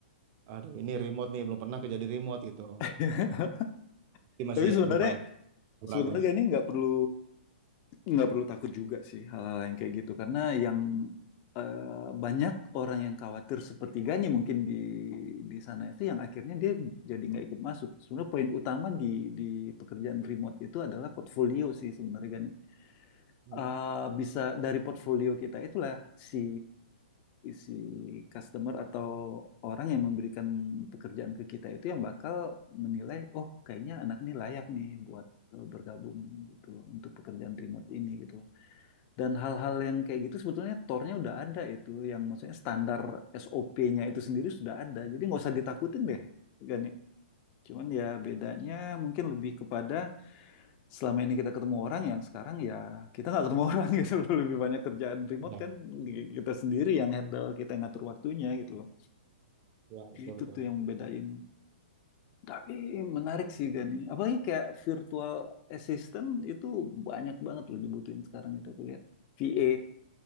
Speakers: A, on the right (about 35°); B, on the left (about 30°).
A: aduh ini remote nih belum pernah kerja di remote gitu.
B: <laughs>
A: Jadi masih
B: Tapi
A: ya,
B: sebenarnya
A: lumayan
B: sebenarnya
A: ragu lah.
B: gak nih nggak perlu nggak perlu takut juga sih hal-hal yang kayak gitu karena yang eh, banyak orang yang khawatir sepertiganya mungkin di di sana itu yang akhirnya dia jadi nggak ikut masuk. Sebenarnya poin utama di di pekerjaan remote itu adalah portfolio sih sebenarnya Gani.
A: Hmm,
B: eh, bisa dari portfolio kita itulah si si customer atau orang yang memberikan pekerjaan ke kita itu yang bakal menilai, oh kayaknya anak ini layak nih buat eh, bergabung gitu loh untuk pekerjaan remote ini gitu. Dan hal-hal yang kayak gitu sebetulnya tornya udah ada itu, yang maksudnya standar SOP-nya itu sendiri sudah ada. Jadi nggak usah ditakutin deh, Gani. Cuman ya bedanya mungkin lebih kepada selama ini kita ketemu orang yang sekarang ya kita nggak ketemu <laughs> orang gitu loh. Lebih banyak kerjaan remote
A: Ya.
B: kan kita sendiri yang handle, kita yang ngatur waktunya gitu loh.
A: ya betul
B: Itu
A: betul.
B: tuh yang membedain. Tapi menarik sih Gani. Apalagi kayak virtual assistant itu banyak banget loh dibutuhin sekarang itu aku lihat. VA.